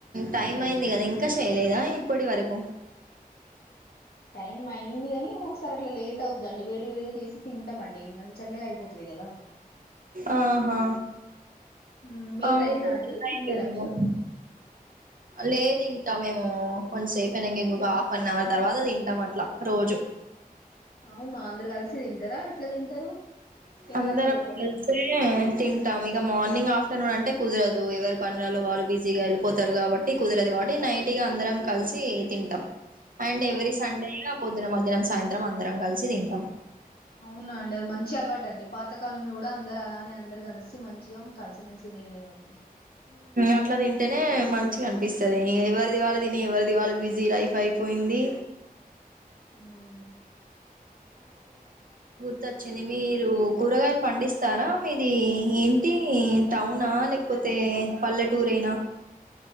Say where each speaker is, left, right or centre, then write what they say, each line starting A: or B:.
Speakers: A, on the right; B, on the left.
A: టైం అయింది కదా ఇంకా చేయలేదా ఇప్పటి వరకు
B: టైమ్ అయిందికానీ ఒకసారి అట్లా లేట్ అవుతుందండి వేడి వేడి చేసి తింటామ అండి ఇంగ మళ్ళీ చల్లగా అయిపోతది కదా
A: ఆహా
B: హ్మ్. మీది
A: అవును
B: అయిందా
A: చ
B: అండి తిన్నారా మీరు
A: లేదు ఇంకా కొంచెం సేపుయినాం ఇంకొక హాఫ్ అన్ అవర్ తర్వాత అది తింటాం అట్లా రోజు
B: అవునా అందరు కలిసి తింటారా ఎట్లా తింటారు ఎవరు
A: అందరం
B: అకల్ ఎవరు
A: కలిసే తింటాము ఇక మార్నింగ్ ఆఫ్టర్నూన్ అంటే కుదరదు ఎవరి పనులలో వాళ్ళు బిజీగా వెళ్ళిపోతారు కాబట్టి కుదరదు కాబట్టి నైటిగా అందరం కలిసి తింటాం అండ్ ఎవ్రీ
B: అవును
A: సండే పొద్దున్న మధ్యాం సాయంత్రం అందరం కలిసి తింటాం
B: అవునా అండి అది మంచి అలవాట అండి పాతకాలంలో కూడా అందరు అలానే అందరు కలిసి మంచిగా కలిసిమెలిసి తేనే వాళ్ళు
A: అట్లాతి అంటేనే మంచిగా అనిపిస్తుంది ఎవరిదివాలు తిని ఎవరిదివాల బిజీ లైఫ్ అయిపోయింది
B: మ్మ్
A: వచ్చింది మీరు కూరగాయలు పండిస్తారా మీది ఏంటి టౌనా లేకపోతే పల్లెటూరేనా